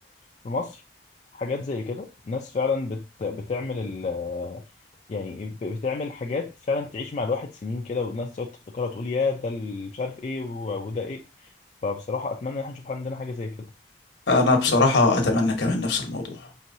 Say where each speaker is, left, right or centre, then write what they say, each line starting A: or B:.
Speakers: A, on the left; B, on the left.
A: في مصر حاجات زي كده ناس فعلا بت بتعمل ال يعني ب- بتعمل حاجات فعلا تعيش مع الواحد سنين كده والناس تقعد تفتكرها تقول يا ده ال- مش عارف ايه و- وده ايه فبصراحة اتمنى ان احنا نشوف عندنا حاجة زي كده
B: انا بصراحة اتمنى كمان نفس الموضوع